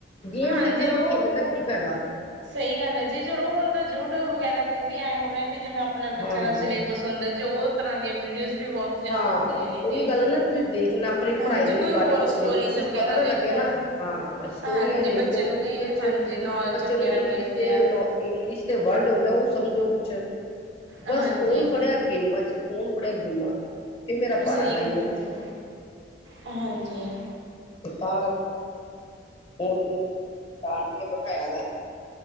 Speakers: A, on the left; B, on the right.
A: ਗੇਮ
B: ਹਾਂਜੀ
A: ਦੇਖਣ
B: ਉਹ, ਉਹ
A: ਦਾ ਕੀ ਫਾਇਦਾ।
B: ਸਹੀ ਗੱਲ ਹੈ ਜੀ ਚਲੋ ਹੁਣ ਤਾਂ ਯੂਟਿਊਬ ਵਗੈਰਾ ਤੇ ਵੀ ਆਏ ਹੋ ਰਹੇ ਵੀ ਜਿਵੇਂ। ਆਪਣਾ ਬੱਚਿਆਂ
A: ਹਾਂ
B: ਦਾ ਸਿਲੇਬਸ ਹੁੰਦਾ ਜੇ ਉਹ ਤਰ੍ਹਾਂ ਦੀਆਂ ਵੀਡੀਓਜ਼ ਵੀ ਬਹੁਤ। ਜ਼ਿਆਦਾ
A: ਹਾਂ
B: ਹੁੰਦੀਆਂ ਨੇ
A: ਉਹੀ
B: ਜੀ।
A: ਗੱਲ ਨਾ ਤੁਸੀਂ ਦੇਖਣਾ ਆਪਣੀ
B: ਹਾਂਜੀ
A: ਪੜ੍ਹਾਈ ਦੇ
B: ਕੋਈ
A: ਰੇਗਾਰਡਿੰਗ
B: ਹੋਰ
A: ਤੁਸੀ
B: ਸਟੋਰੀਜ਼
A: ਦੇਖੋ ਕੁਛ
B: ਵਗੈਰਾ
A: ਪਤਾ ਤਾਂ
B: ਦੇਖੋ।
A: ਲੱਗੇ ਨਾ। ਹਾਂਾਂ ਸਟੋਰੀਆਂ
B: ਹਾਂਜੀ
A: ਦੇਖੋ
B: ਬੱਚਿਆਂ ਨੂੰ
A: ਕੁਛ
B: ਵੀ
A: ਮਿਲਚ
B: ਹਾਂਜੀ ਨੌਲੇਜ
A: ਬੱਚੇ
B: ਵਗੈਰਾ
A: ਨੂੰ ਇੰਗਲਿਸ਼
B: ਮਿਲਦੀ
A: ਦੇ।
B: ਆ
A: ਇੰਗਲਿਸ਼ ਦੇ ਵਰਡ ਹੁੰਦੇ ਉਹ ਸਮਝੋ ਕੁਛ
B: ਹਾਂਜੀ।
A: ਬਸ ਫੋਨ ਫੜਿਆ ਗੇਮਾਂ ਚ। ਫੋਨ ਫ਼ੜ੍ਹਿਆ ਗੇਮਾਂ। ਫਿਰ ਮੇਰਾ ਪਾਰਾ
B: ਸਹੀ
A: ਹਾਈ
B: ਗੱਲ
A: ਹੋ
B: ਹੈ ਜੀ ਹਾਂਜੀ।
A: ਤਾਂ ਗੱਲ। ਉਹੂੰ ਟਾਂਟ ਕੇ ਬਿਠਾਇਆ ਵਾ।